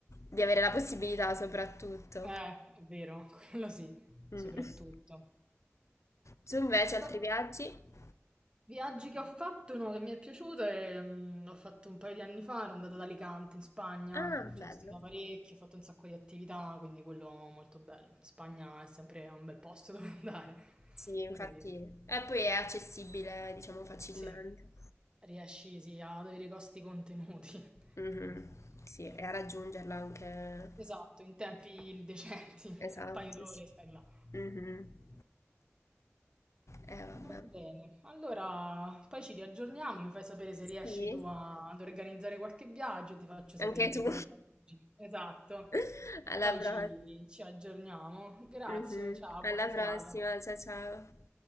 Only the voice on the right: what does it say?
Eh, è vero, <laughs> quello sì,
soprattutto.
Va
Viaggi che ho fatto, uno che mi è piaciuto è, mm, l'ho fatto un paio di anni fa, ero andata ad Alicante in Spagna,
ci
sono stata parecchio, ho fatto un sacco di attività, quindi quello molto bello. Spagna è sempre un bel posto <laughs> dove andare,
quindi
sì, riesci sì, ad avere i costi contenuti. <laughs>
Sì.
Esatto, in tempi decenti, un
paio d'ore
stai là.
Va bene, allora poi ci riaggiorniamo, mi fai sapere se
riesci tu a- ad organizzare qualche viaggio, ti faccio sapere
di
quello a Parigi. Esatto,
poi
ci, ci aggiorniamo. Grazie,
ciao,
buona serata.